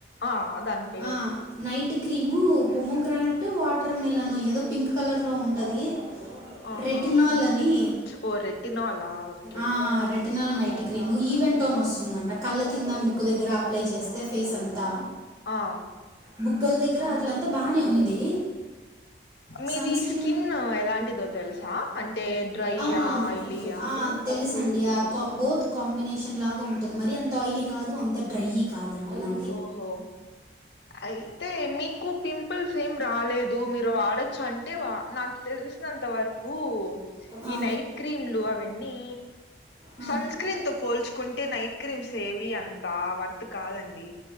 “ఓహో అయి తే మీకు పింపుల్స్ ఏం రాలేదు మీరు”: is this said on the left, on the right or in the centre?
Left